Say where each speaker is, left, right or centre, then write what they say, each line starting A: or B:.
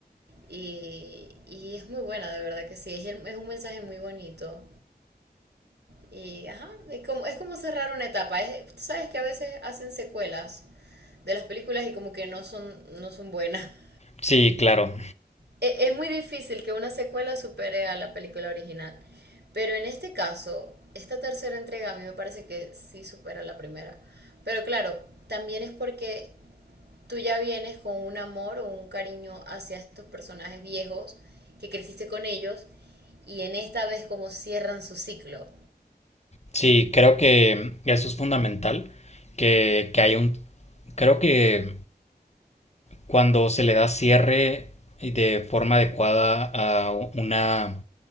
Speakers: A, on the right; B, on the left.
A: Y, y es muy buena, de verdad que sí. Es, el- es un mensaje muy bonito. Y ajá, es como, es como cerrar una etapa. Es- tú sabes que a veces hacen secuelas de las películas y como que no son, no son buenas. <laughs>
B: Sí, claro.
A: E- Es muy difícil que una secuela supere a la película original, pero en este caso, esta tercera entrega a mí me parece que sí supera la primera. Pero claro, también es porque tú ya vienes con un amor o un cariño hacia estos personajes viejos que creciste con ellos y en esta vez como cierran su ciclo.
B: Sí, creo que eso es fundamental, que, que hay un... Creo que cuando se le da cierre y de forma adecuada a una,